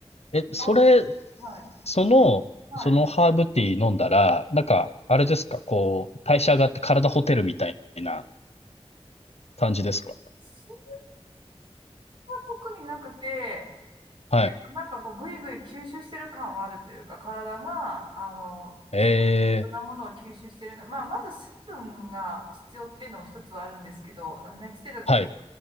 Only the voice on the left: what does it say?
ーえ、
それ、
その、
そのハーブティー飲んだら、なんか、あれですかこう、代謝上がって体ホテルみたいな感じですか
はい。
えー、
はい、